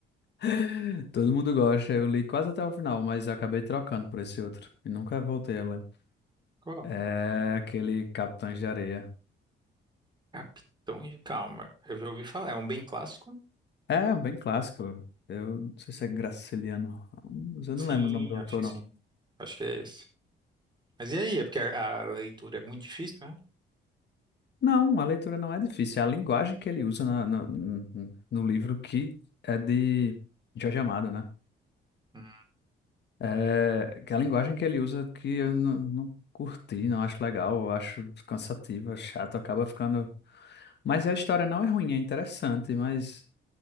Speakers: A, on the left; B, on the right.
A: <laughs> todo mundo gosta. Eu li quase até o final, mas acabei trocando por esse outro. E nunca voltei a ler.
B: Qual?
A: É aquele Capitães de Areia.
B: Capitão de Calma. Eu já ouvi falar. É um bem clássico?
A: É, bem clássico. Eu não sei se é Graciliano Ramos, eu não
B: Sim,
A: lembro o nome do autor,
B: acho que
A: não.
B: sim. Acho que é esse. Mas e aí? É porque a, a leitura é muito difícil, né?
A: Não, a leitura não é difícil. É a linguagem que ele usa na- na- no, no livro que é de Jorge Amado, né?
B: Hum.
A: É, que é a linguagem que ele usa que eu não, não curti, não acho legal, eu acho cansativa, chato, acaba ficando. Mas a história não é ruim, é interessante, mas